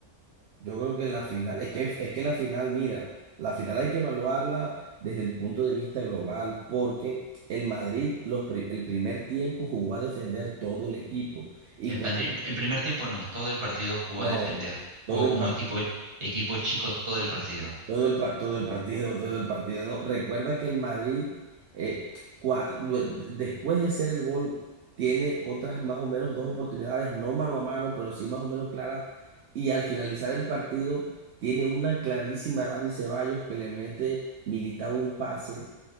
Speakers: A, on the right; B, on the right.
A: Yo creo que en la final, es que, es que la final, mira, la final hay que evaluarla desde el punto de vista global, porque el Madrid, los, pri- el primer tiempo jugó a defender todo el equipo y
B: El,
A: cuando,
B: pandri- el primer tiempo no, todo el partido jugó
A: no,
B: a defender,
A: todo
B: jugó
A: el
B: como
A: partido.
B: equipo, equipo chico todo el partido,
A: Todo el, par- todo el partido, todo el partido, ¿no? Recuerda que el Madrid, eh, cua- lue- de- después de hacer el gol, tiene otras más o menos dos oportunidades, no mano a mano, pero sí más o menos claras. Y al finalizar el partido, tiene una clarísima Dani Ceballos que le mete, militaba un pase